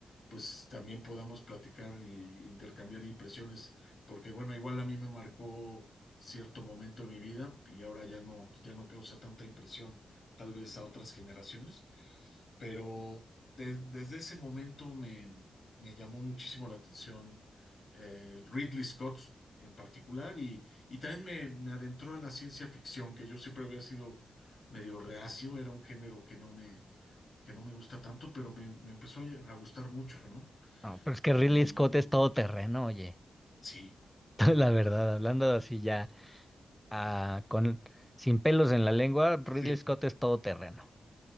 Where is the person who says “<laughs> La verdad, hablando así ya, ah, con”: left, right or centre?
Centre